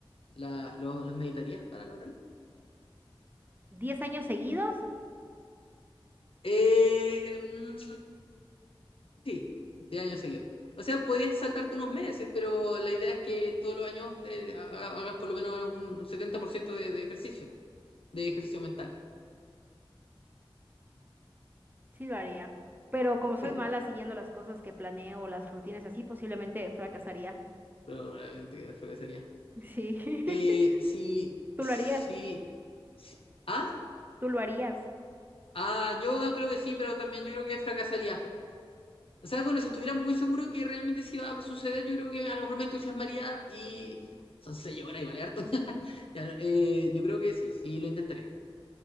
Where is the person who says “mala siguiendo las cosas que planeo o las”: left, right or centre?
Right